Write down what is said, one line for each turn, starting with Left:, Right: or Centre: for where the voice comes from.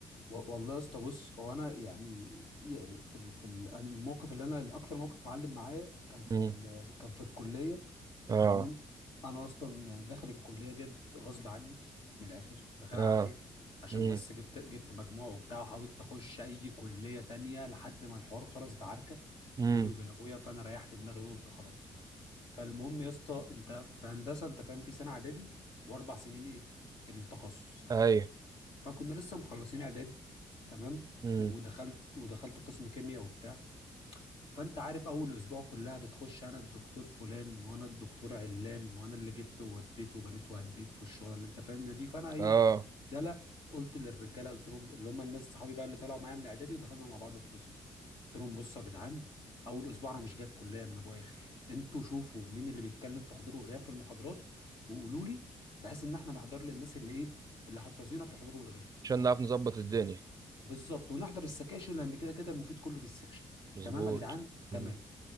Left: و- والله يا اسطى بص هو انا يعني يا- في ال- في ال- الموقف اللي انا الاكتر موقف معلم معايا كان في
Right: امم
Left: ال- كان في الكليه
Right: اه
Left: تمام انا اصلا يعني داخل الكليه ديت غصب عني من الاخر داخلها
Right: اه
Left: عافيه عشان
Right: امم
Left: بس جبت جبت مجموع وبتاع وحاولت اخش اي كليه تانية لحد ما الحوار خلص بعركه
Right: امم
Left: بيني وبين ابويا فانا ريحت دماغي وقلت خلاص فالمهم يا اسطى انت في هندسه انت فاهم في سنه اعدادي واربع سنين ايه التخصص
Right: ايوه
Left: فكنا لسه مخلصين اعدادي تمام
Right: امم
Left: ودخلت ودخلت قسم كيمياء وبتاع فانت عارف اول اسبوع كلها بتخش انا الدكتور فلان وانا الدكتور علان وانا اللي جبت ووديت وبنيت وهديت والشغل اللي انت فاهمها دي فانا ايه
Right: اه
Left: دلا قلت للرجاله قلت لهم اللي هم الناس صحابي بقى اللي طلعوا معايا من اعدادي ودخلنا مع بعض القسم قلت لهم بصوا يا جدعان اول اسبوع انا مش جاي الكليه من ابو اخر انتوا شوفوا مين اللي بيتكلم في حضور وغياب في المحاضرات وقولوا لي بحيث ان احنا نحضر للناس اللي ايه اللي هترازينا في الحضور والغياب
Right: عشان نعرف نظبط الدنيا
Left: بالظبط ونحضر السكاشن لان كده كده المفيد كله في السكشن
Right: مظبوط
Left: تمام يا جدعان تمام
Right: امم